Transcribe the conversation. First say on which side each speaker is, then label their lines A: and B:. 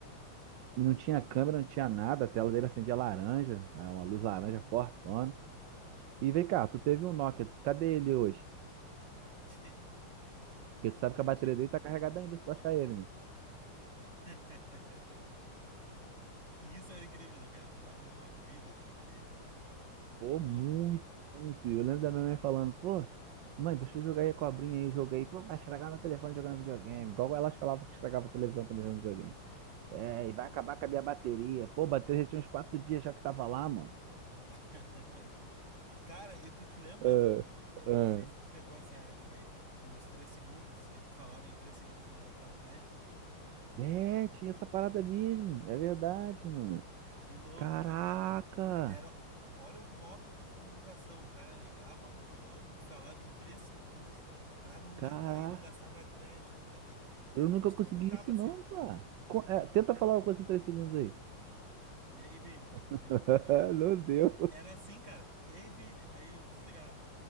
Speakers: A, on the right (about 70°); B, on the right (about 30°).
A: E não tinha câmera, não tinha nada, a tela dele acendia laranja, né, uma luz laranja fortona. E vem cá, tu teve um Nokia, cadê ele hoje?
B: <laughs>
A: Porque tu sabe
B: Eu já
A: que a bateria
B: tive.
A: dele tá carregada ainda, se tu achar ele, né?
B: <laughs> Que Isso era incrível, né, cara? Durava uma vida as baterias, né, cara?
A: Pô,
B: Que
A: muito,
B: loucura.
A: muito. Eu lembro da minha mãe falando, pô, mãe, deixa eu jogar aí a cobrinha aí, eu joguei. Pô, vai estragar meu telefone jogando videogame. Igual elas falavam que estragava a televisão também jogando videogame. É, e vai acabar com a minha bateria. Pô, a bateria já tinha uns quatro dias já que tava lá, mano.
B: <laughs> Cara, e tu te lembra
A: Ah,
B: do. Eu não
A: ah.
B: sei se tu pegou essa época aí dos 3 segundos, que tu falava em 3 segundos e não gastava o crédito.
A: É, tinha essa parada mesmo. É verdade, mano.
B: Que louco,
A: Caraca!
B: né, cara? O- Era, olha o modo de comunicação. O cara ligava um pro outro, falava em três segundos, pra não,
A: Caralho,
B: ga- aí não gastava crédito, cara. E
A: eu
B: Como
A: nunca
B: a gente
A: consegui
B: comunicava
A: isso
B: assim?
A: não, cara. Co- é, tenta falar uma coisa em três segundos aí.
B: E aí, Vini?
A: <laughs>
B: Deu, já deu.
A: Não deu.
B: Era assim, cara. E aí, Vini? Aí eu desligava.